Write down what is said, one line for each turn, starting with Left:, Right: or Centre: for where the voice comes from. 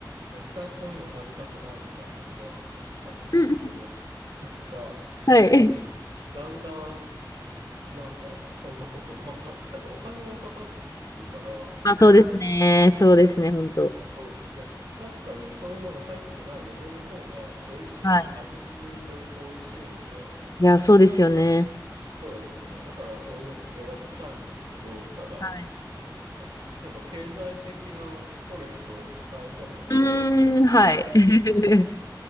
Right: 絶対そういうの食べたくないみたいなのがあったんですけど、
Left: うんう
Right: <laughs> なんか、
Left: んはい。
Right: でも、だんだん、なんか、そんなことも、まあ、た、やっぱお金がかかるから、
Left: <laughs> あ、
Right: そういうの
Left: そうですね。そうですね、本当。
Right: そうで、確かにそういうもの入ってないものの方が美味しい、
Left: はい。
Right: 味で言うと美味しいので、
Left: いや、そうですよね。
Right: そうなんですよね。だからそういうのを選びたいんですけど、ただ、
Left: はい。
Right: なんですかね。やっぱ経済的なストレスを抱えてまで
Left: うーん、はい。<laughs>